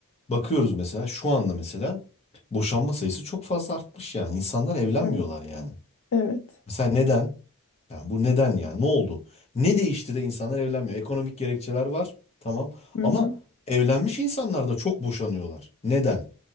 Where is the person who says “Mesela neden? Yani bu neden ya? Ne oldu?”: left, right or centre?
Left